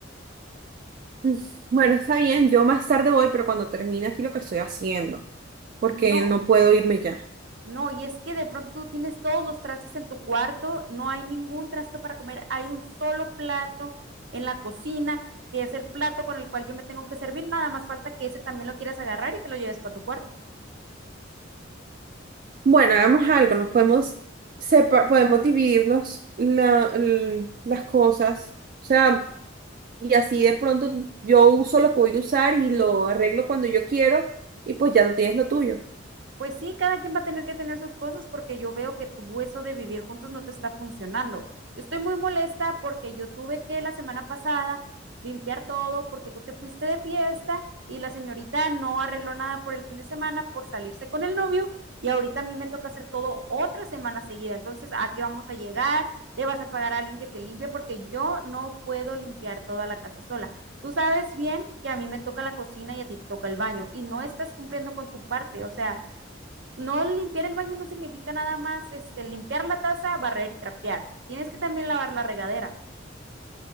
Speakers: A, on the right; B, on the right.
A: Mm, Bueno, está bien, yo más tarde voy, pero cuando termine aquí lo que estoy haciendo, porque
B: No.
A: no puedo irme ya.
B: No, y es que de pronto tú tienes todos los trastes en tu cuarto, no hay ningún trasto para comer, hay un solo plato en la cocina, que es el plato con el cual yo me tengo que servir, nada más falta que ese también lo quieras agarrar y te lo lleves para tu cuarto.
A: Bueno, hagamos algo, nos podemos sepa- podemos dividirnos la- l- las cosas, o sea, y así de pronto yo uso lo que voy a usar y lo arreglo cuando yo quiero, y pues ya tú tienes lo tuyo.
B: Pues sí, cada quien va a tener que tener sus cosas porque yo veo que tu eso de vivir juntos no te está funcionando. Yo estoy muy molesta porque yo tuve que la semana pasada limpiar todo porque tú te fuiste de fiesta y la señorita no arregló nada por el fin de semana por salirse con el novio y ahorita a mí me toca hacer todo otra semana seguida. Entonces, ¿a qué vamos a llegar? ¿Le vas a pagar a alguien que te limpie? Porque yo no puedo limpiar toda la casa sola. Tú sabes bien que a mí me toca la cocina y a ti te toca el baño y no estás cumpliendo con tu parte. O sea no limpiar el baño no significa nada más este, limpiar la taza, barrer y trapear. Tienes que también lavar la regadera.